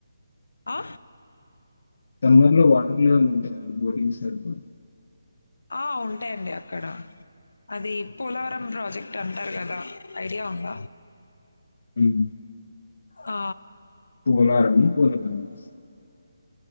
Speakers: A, on the left (about 85°); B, on the left (about 45°).
A: ఆ
B: సమ్మర్ లో వాటర్ లెవెల్ ఉంటాయండి బోటింగ్ సరిపో
A: ఆ ఉంటాయండి అక్కడ అది పోలవరం ప్రాజెక్టు అంటారు కదా ఐడియా ఉంద.
B: ఉమ్
A: ఆ
B: పోలారం <unintelligible>